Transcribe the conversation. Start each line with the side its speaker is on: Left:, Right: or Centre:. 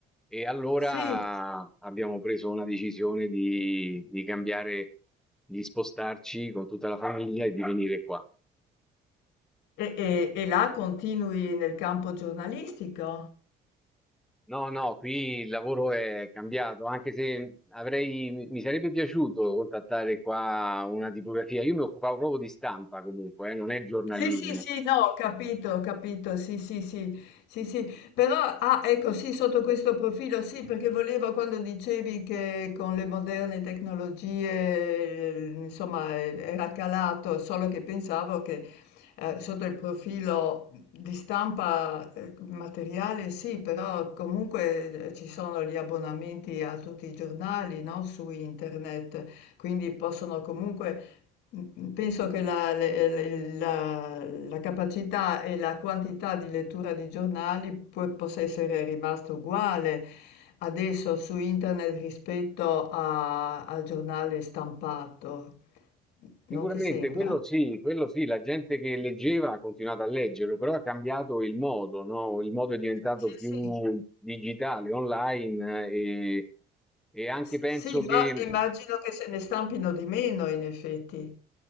Centre: E allora
Left: sì,
Centre: abbiamo preso una decisione di, di cambiare, di spostarci con tutta la famiglia e di venire qua.
Left: E e e là continui nel campo giornalistico?
Centre: No, no, qui il lavoro è cambiato, anche se avrei, mi mi sarebbe piaciuto contattare qua una tipografia. Io mi occupavo proprio di stampa comunque, eh, non è giornalismo.
Left: Sì, sì, sì, no, ho capito, ho capito, sì, sì, sì, sì, sì, però, ah, ecco, sì, sotto questo profilo, sì, perché volevo quando dicevi che con le moderne tecnologie, eh, insomma, eh, era calato, solo che pensavo che eh, sotto il profilo di stampa eh, materiale, sì, però comunque eh, ci sono gli abbonamenti a tutti i giornali, no, su internet, quindi possono comunque Mh-mh, penso che la le le la la capacità e la quantità di lettura di giornali può possa essere rimasta uguale adesso su internet rispetto a al giornale stampato. N
Centre: Sicuramente
Left: non ti sembra?
Centre: quello sì, quello sì, la gente che leggeva ha continuato a leggerlo, però ha cambiato il modo, no? Il modo è diventato
Left: Sì,
Centre: più
Left: sì.
Centre: digitale, online eh, e, e anche
Left: S
Centre: penso
Left: sì,
Centre: che
Left: ma immagino che se ne stampino di meno in effetti.